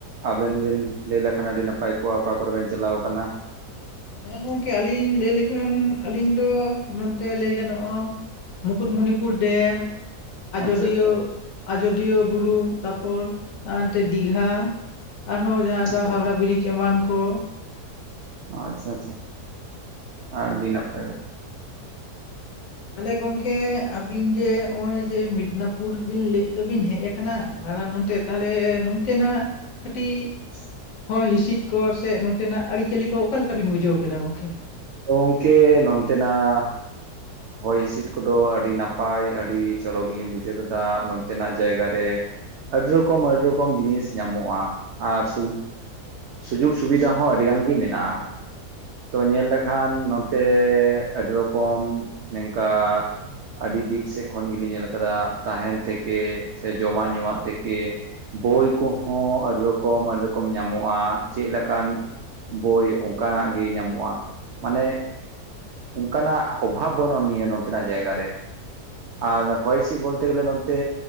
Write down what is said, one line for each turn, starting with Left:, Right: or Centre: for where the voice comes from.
Right: ᱟᱵᱮᱱ ᱵᱮᱱ ᱞᱟᱹᱭ ᱞᱮᱠᱷᱟᱱ ᱟᱹᱰᱤ ᱱᱟᱯᱟᱭ ᱠᱚᱜ-ᱟ ᱚᱠᱟ ᱠᱚᱨᱮ ᱵᱮᱱ ᱪᱟᱞᱟᱣ ᱠᱟᱱᱟ?
Left: ᱦᱮᱸ ᱜᱚᱝᱠᱮ ᱟᱹᱞᱤᱧ ᱞᱟᱹᱭ ᱞᱮᱠᱷᱟᱱ ᱟᱹᱞᱤᱧ ᱫᱚ ᱱᱚᱱᱛᱮ ᱞᱟᱹᱭ ᱜᱟᱱᱚᱜ-ᱟᱼᱼ ᱢᱩᱠᱩᱴᱢᱩᱱᱤ-ᱯᱩᱨ ᱰᱮᱢ, ᱟᱡᱳᱫᱤᱭᱟᱹ
Right: ᱟᱪᱪᱷᱟ ᱟᱪᱪᱷᱟ
Left: ᱟᱡᱳᱫᱤᱭᱟᱹ ᱵᱩᱨᱩ ᱛᱟᱯᱚᱨ ᱚᱱᱛᱮ ᱫᱤᱜᱷᱟ᱾ ᱟᱨᱦᱚᱸ ᱡᱟᱦᱟ ᱫᱚ
Right: ᱟᱪᱪᱷᱟ
Left: ᱦᱟᱣᱲᱟ ᱵᱤᱨᱤᱡᱽ ᱮᱢᱟᱱ ᱠᱚᱼᱼ
Right: ᱟᱪᱪᱷᱟ-ᱟᱪᱪᱷᱟ ᱟᱹᱰᱤ ᱱᱟᱯᱟᱭ ᱠᱟᱛᱷᱟ᱾
Left: ᱟᱞᱮ ᱜᱚᱝᱠᱮ ᱟᱵᱤᱱ ᱡᱮ ᱱᱜᱭ ᱡᱮ ᱢᱤᱫᱱᱟᱯᱩᱨ ᱵᱤᱱ ᱞᱮᱜ ᱫᱚᱵᱤᱱ ᱦᱮᱡ ᱠᱟᱱᱟ ᱫᱟᱬᱟᱱ ᱱᱚᱛᱮᱼᱼ ᱛᱟᱞᱦᱮ ᱱᱚᱱᱛᱮᱱᱟᱜ ᱠᱟᱹᱴᱤᱡᱼᱼ
Right: <inaudible>
Left: ᱦᱚᱭ ᱦᱤᱸᱥᱤᱫ ᱠᱚ ᱥᱮ ᱱᱚᱛᱮᱱᱟᱜ ᱟᱹᱲᱤᱪᱟᱹᱲᱤ ᱠᱚ ᱚᱠᱟ ᱞᱮᱠᱟ ᱵᱤᱱ ᱵᱩᱡᱷᱟᱹᱣ ᱠᱮᱫᱟ ᱜᱚᱝᱠᱮ?
Right: ᱛᱚ ᱜᱚᱝᱠᱮ ᱱᱚᱱᱛᱮ ᱱᱟᱜᱼᱼ ᱦᱚᱭ ᱦᱤᱸᱥᱤᱫ ᱠᱚᱫᱚ ᱟᱹᱰᱤ ᱱᱟᱯᱟᱭ ᱟᱹᱰᱤ ᱪᱚᱨᱚᱠ ᱜᱮᱞᱤᱧ ᱵᱩᱡᱷᱟᱹᱣ ᱠᱮᱫᱟ ᱱᱚᱱᱛᱮᱱᱟᱜ ᱡᱟᱭᱜᱟ ᱨᱮᱼᱼ ᱟᱹᱰᱤ ᱨᱚᱠᱚᱢ ᱟᱹᱰᱤ ᱨᱚᱠᱚᱢ ᱡᱤᱱᱤᱥ ᱧᱟᱢᱚᱜ-ᱟ, ᱟᱨ <inaudible> ᱥᱩᱡᱳᱜᱽ ᱥᱩᱵᱤᱫᱟ ᱦᱚᱸ ᱟᱹᱰᱤ ᱜᱟᱱ ᱜᱤ ᱢᱮᱱᱟᱜ-ᱟ᱾ ᱛᱚ ᱧᱮᱞ ᱞᱮᱠᱷᱟᱱ ᱱᱚᱱᱛᱮ ᱟᱹᱰᱤ ᱨᱚᱠᱚᱢ ᱱᱮᱝᱠᱟᱼᱼ ᱟᱹᱰᱤ ᱫᱤᱠ ᱥᱮᱫ ᱠᱷᱚᱱ ᱜᱮᱞᱤ ᱧᱮᱞ ᱟᱠᱟᱫᱟ ᱛᱟᱦᱮᱱ ᱛᱷᱮᱠᱮ, ᱥᱮ ᱡᱚᱢᱟᱜ ᱧᱩᱣᱟᱜ ᱛᱷᱮᱠᱮᱼᱼ ᱵᱳᱭ ᱠᱚᱦᱚᱸ ᱟᱹᱰᱤ ᱨᱚᱠᱚᱢ ᱟᱹᱰᱤ ᱨᱚᱠᱚᱢ ᱧᱟᱢᱚᱜ-ᱟ ᱪᱮᱫ ᱞᱮᱠᱟᱱᱼᱼ ᱵᱳᱭ ᱚᱝᱠᱟᱱᱟᱜ ᱜᱤ ᱧᱟᱢᱚᱜ-ᱟ᱾ ᱢᱟᱱᱮᱼᱼ ᱚᱝᱠᱟᱱᱟᱜ ᱚᱵᱷᱟᱵᱽ ᱵᱟᱹᱱᱩᱜ ᱟ ᱱᱤᱭᱟᱹ ᱱᱚᱱᱛᱮᱱᱟᱜ ᱡᱟᱭᱜᱟ ᱨᱮ᱾ ᱟᱨ ᱦᱚᱭ ᱦᱤᱥᱤᱫ ᱵᱚᱞᱛᱮ ᱜᱮᱞᱮ ᱱᱚᱱᱛᱮ